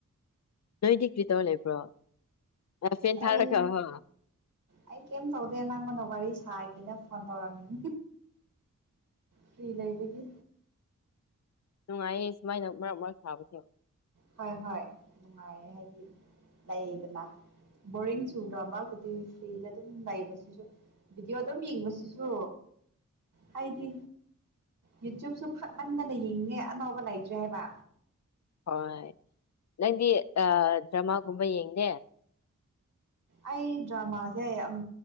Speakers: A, on the left; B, on the right.
A: ꯅꯣꯏꯗꯤ ꯀꯩꯇꯧꯔ ꯂꯩꯕ꯭ꯔꯣ ꯑꯥ ꯐꯦꯟ ꯊꯥꯔꯒ
B: ꯑꯩ
A: ꯍꯣ
B: ꯑꯩ ꯀꯩꯝ ꯇꯧꯗꯦ ꯅꯪꯉꯣꯟꯗ ꯋꯥꯔꯤ ꯁꯥ ꯁꯥꯒꯦꯅ ꯐꯣꯟ ꯇꯧꯔꯝꯃꯤꯅꯤ ꯐꯔꯤ ꯂꯩꯕꯒꯤ
A: ꯅꯨꯡꯉꯥꯏꯌꯦ ꯁꯨꯃꯥꯏꯅ ꯃꯔꯛ ꯃꯔꯛ ꯁꯥꯕꯗꯣ
B: ꯍꯣꯏ ꯍꯣꯏ ꯅꯨꯡꯉꯥꯏꯌꯦ ꯍꯥꯏꯗꯤ ꯂꯩꯗꯅ ꯕꯣꯔꯤꯡ
A: ꯎꯝ
B: ꯆꯨꯗ꯭ꯔꯣ ꯃꯥꯒꯤꯗꯤ ꯐꯔꯤꯗ ꯑꯗꯨꯝ ꯂꯩꯕꯁꯤꯁꯨ ꯚꯤꯗꯤꯑꯣ ꯑꯗꯨꯝ ꯌꯦꯡꯕꯁꯤꯁꯨ ꯍꯥꯏꯗꯤ ꯌꯨꯇꯨꯞꯁꯨ ꯐꯠꯃꯟꯗꯅ ꯌꯦꯡꯉꯦ ꯑꯅꯧꯕ ꯂꯩꯇ꯭ꯔꯦ ꯍꯥꯏꯕ
A: ꯍꯣꯏ ꯅꯪꯗꯤ ꯑꯥ ꯗ꯭ꯔꯃꯥ ꯒꯨꯝꯕ ꯌꯦꯡꯗꯦ
B: ꯑꯩ ꯗ꯭ꯔꯃꯥꯁꯦ ꯎꯝ